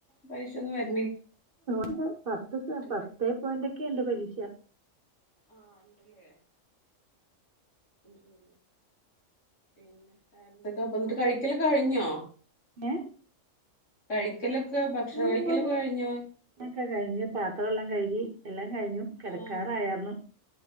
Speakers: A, on the left; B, on the right.
A: പൈസൊന്നും വര്
B: ണ്ട് പത്ത്
A: ഉണ്ട്
B: പത്തേ പോയിന്റൊക്കെ യിണ്ട് പലിശ
A: ആഹ് ഉണ്ടല്ലേ ഉം ഉം എന്നിട്ട് വേറെന്തൊക്കെ പ്പൊന്നിട്ട് കഴിക്കലൊക്ക കഴിഞ്ഞോ
B: ഏ
A: കഴി ഭക്ഷണം
B: ഏ,
A: കഴിക്കലൊക്കെ
B: ഉവ്വ് ഉവ്വ്.
A: കഴിഞ്ഞോ
B: ഒക്കെ കഴിഞ്ഞ് പാത്രം എല്ലാം കഴുകി എല്ലാം കഴിഞ്ഞു കെടക്കാറായരുന്നു
A: ആഹ്